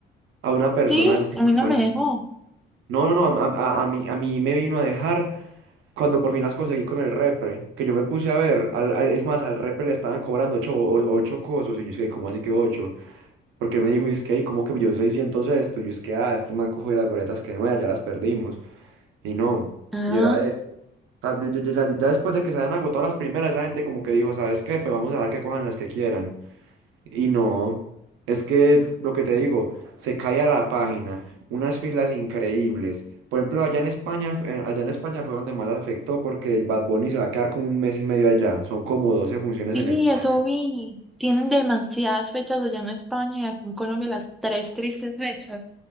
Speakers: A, on the right (about 85°); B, in the centre.
A: a una persona
B: Sí,
A: así
B: a
A: como
B: mí no me
A: así.
B: dejó.
A: No, no, no, a, a- a mí, a mí me vino a dejar cuando por fin las conseguí con el repre, que yo me puse a ver, al- al- es más, al repre le estaban cobrando ocho o- ocho cosas, y yo dije, ¿cómo así que ocho porque él me dijo, es que, "Ey, ¿cómo que yo 600 esto? Yo es que, ah, este man cogió las boletas que no, ya las perdimos. Y no,
B: Ah,
A: y era eso. O sea, ya, ya- ya- ya después de que se habían agotado las primeras, esa gente como que dijo, ¿sabes qué? Pues vamos a dejar que cojan las que quieran. Y no, es que lo que te digo, se cae a la página, unas filas increíbles. Por ejemplo, allá en España, eh, allá en España fue donde más afectó porque Bad Bunny se va a quedar como un mes y medio allá. Son como 12 funciones
B: sí,
A: en España.
B: eso vi. Tienen demasiadas fechas allá en España y acá en Colombia las tres tristes fechas.